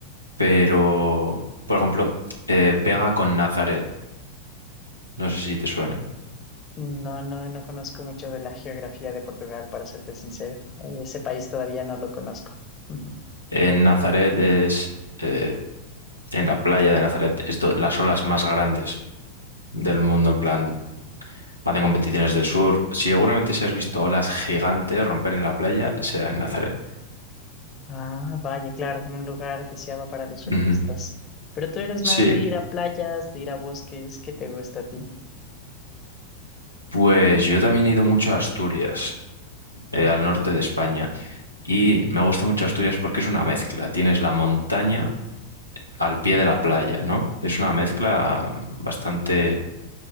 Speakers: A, on the left; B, on the left.
A: pero, por ejemplo, eh, pega con Nazaret, no sé si te suena.
B: No, no, no conozco mucho de la geografía de Portugal, para serte sincero. Eh, Ese país todavía no lo conozco. <laughs>
A: En Nazaret es, eh, en la playa de Nazaret, es do- las olas más grandes del mundo, en plan, hacen competiciones de surf. Si Seguramente si has visto olas gigantes romper en la playa, sea en Nazaret.
B: Ah, vaya, claro, un lugar deseado para los surfistas.
A: Ujú.
B: Pero tú eres
A: Sí,
B: más de ir a playas, de ir a bosques. ¿Qué te gusta a ti?
A: pues yo también he ido mucho a Asturias, eh, al norte de España, y me gusta mucho Asturias porque es una mezcla. Tienes la montaña al pie de la playa, ¿no? Es una mezcla mm, bastante